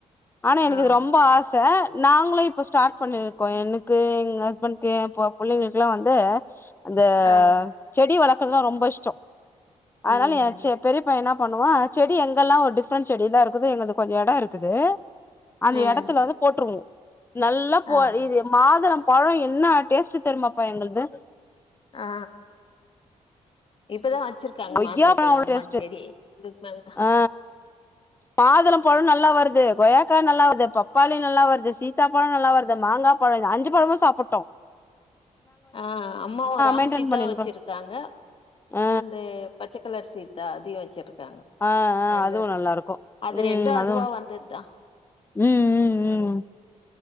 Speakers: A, on the left; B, on the left.
A: ஆனா இது எனக்கு
B: ஆ
A: ரொம் சா நாங்களு இப்ப ஸ்டார்ட் பண்ணிருக்கோ எனக்கு எங்க ஹஸ்பண்டக்கு ஏ பொ பிள்ளைங்களுக்கெல்லா வந்து அந்த
B: ஆ
A: செடி வளக்குறதுலா ரொம்ப இஷ்டோ அதனால
B: ம்
A: எ செ பெரியப்பைய என்ன பண்ணுவா செடி எங்கெல்லா ஒரு டிஃப்ரென்ட் செடில இருக்குது எங்கள்து கொஞ்சோ எடோ இருக்குது அந்த
B: ம்
A: எடத் போட்டுருவோ நல்லா போ
B: ஆ
A: இது மாதளம் பழம் என்ன டேஸ்ட்டு தெருயுமாப்பா எங்கள்து
B: ஆ இப்பதா வச்சிரு காங்க
A: கொய்யாப்பழோ
B: மாதுள பழ
A: அவ்ளோ
B: அம்மா
A: டேஸ்ட்
B: செடி இதுக்கு மேல தா
A: ஆ மாதுளம் பழம் நல்லா வருது கொயாக்கா நல்லா வருது பப் ப்பாளி நல்லா வருது சீத்தா பழம் நல்லா வருது மாங்கா பழம் இது அஞ்சு பழமு சாப்பிட்டோ
B: ஆ அம்மாவு ராம்
A: மெயின்டென்
B: சீதா
A: பண்ணினுக்குறோ
B: வச்சிருக்காங்க
A: ஆ
B: அந்த பச்சக்கலர் சீத்தா அதையு வச்சிருக்காங்க
A: ஆ ஆ
B: ரெண்டு
A: அதுவு
B: இரு
A: நல்லா இருக்கு
B: அது
A: ம்
B: ரெண்டு அதுவா
A: அதுவு
B: வந்தது தா
A: ம் ம்
B: ஓ
A: ம்